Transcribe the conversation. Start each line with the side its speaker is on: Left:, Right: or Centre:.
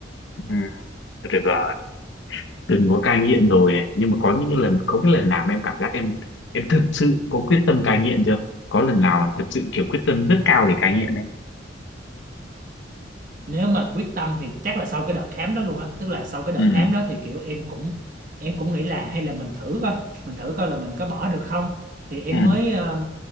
Left: ừ. được rồi từng có cai nghiện rồi này nhưng mà có những cái lần có cái lần nào mà em cảm giác em em thực sự có quyết tâm cai nghiện chưa có lần nào mà thật sự kiểu quyết tâm rất cao để cai nghiện đấy
Right: nếu mà quyết tâm thì chắc là sau cái đợt khám đó luôn á tức là sau cái đợt
Left: ừ,
Right: khám đó thì kiểu em cũng em cũng nghĩ là hay là mình thử coi mình thử coi là mình có bỏ được không thì em
Left: ừ,
Right: mới ờ,